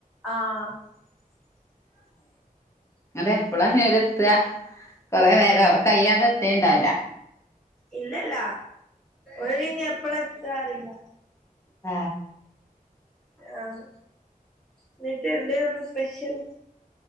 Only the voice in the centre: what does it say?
ആഹ് <unintelligible>
ഇല്ലല്ല ഓല് എപ്പളാ എത്താൻ അറിയില്ല
ആഹ് എന്നിട്ട് എന്തന്ന് സ്പെഷ്യൽ